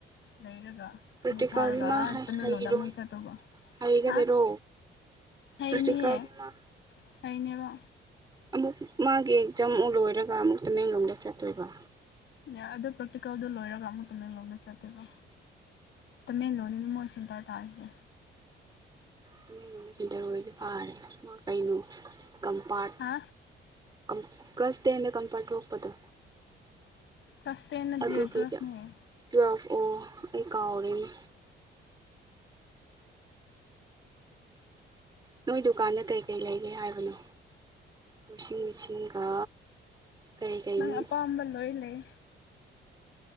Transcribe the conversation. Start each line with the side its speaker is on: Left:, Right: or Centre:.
Left: ꯂꯩꯔꯒ
Right: ꯄ꯭ꯔꯥꯛꯇꯤꯀꯜꯗꯤ
Left: ꯑꯃꯨꯛ ꯊꯥꯔꯒ
Right: ꯃꯥ ꯍꯩ
Left: ꯇꯃꯦꯡꯂꯣꯡꯗ
Right: ꯍꯩꯔꯣꯏ
Left: ꯑꯃꯨꯛ ꯆꯠꯇꯧꯕ
Right: ꯍꯩꯒꯗꯔꯣ
Left: ꯍꯥ ꯍꯩꯅꯤꯌꯦ
Right: ꯄ꯭ꯔꯥꯛꯇꯤꯀꯜꯗꯤ ꯃꯥ
Left: ꯍꯩꯅꯦꯕ
Right: ꯑꯃꯨꯛ ꯃꯥꯒꯤ ꯑꯦꯛꯖꯥꯝ ꯃꯨꯛ ꯂꯣꯏꯔꯒ ꯑꯃꯨꯛ ꯇꯃꯦꯡꯂꯣꯡꯗ ꯆꯠꯇꯣꯏꯕ
Left: ꯌꯥ ꯑꯗꯣ ꯄ꯭ꯔꯥꯛꯇꯤꯀꯜꯗꯣ ꯂꯣꯏꯔꯒ ꯑꯃꯨꯛ ꯇꯃꯦꯡꯂꯣꯡꯗ ꯆꯠꯇꯣꯏꯕ ꯇꯃꯦꯡꯂꯣꯡꯗꯅꯤ ꯃꯣꯏ ꯁꯦꯟꯇꯔ ꯇꯥꯔꯤꯁꯦ
Right: ꯇꯃꯦꯡꯂꯣꯡꯗ ꯁꯦꯟꯇꯔ ꯑꯣꯏꯔꯗꯤ ꯐꯥꯔꯦ ꯃꯥ ꯀꯩꯅꯣ ꯀꯝꯄꯥꯔꯠ
Left: ꯍꯥ
Right: ꯀꯝ ꯀ꯭ꯂꯥꯁ ꯇꯦꯟꯗ ꯀꯝꯄꯥꯔꯠ ꯊꯣꯛꯄꯗꯣ
Left: ꯀ꯭ꯂꯥꯁ ꯇꯦꯟ ꯅꯠꯇꯤꯌꯦ
Right: ꯑꯗꯨꯒꯩꯒꯤ
Left: ꯇꯨꯋꯦꯜꯐꯅꯦ
Right: ꯇ꯭ꯨꯋꯦꯜꯐ ꯑꯣ ꯑꯩ ꯀꯥꯎꯔꯦꯅꯦ ꯅꯣꯏ ꯗꯨꯀꯥꯟꯗ ꯀꯩ ꯀꯩ ꯂꯩꯒꯦ ꯍꯥꯏꯕꯅꯣ ꯋꯥꯁꯤꯡ ꯃꯦꯆꯤꯟꯒ ꯀꯩ ꯀꯩꯅꯣ
Left: ꯅꯪ ꯑꯄꯥꯝꯕ ꯂꯣꯏ ꯂꯩ